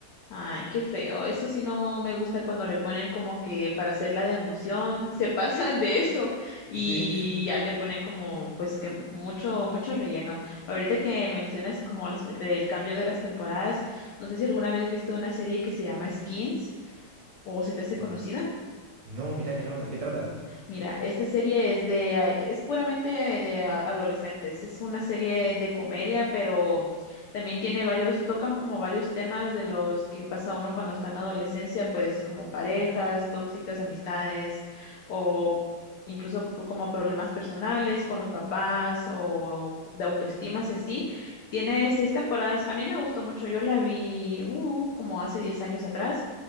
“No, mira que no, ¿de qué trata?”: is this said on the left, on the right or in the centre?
Right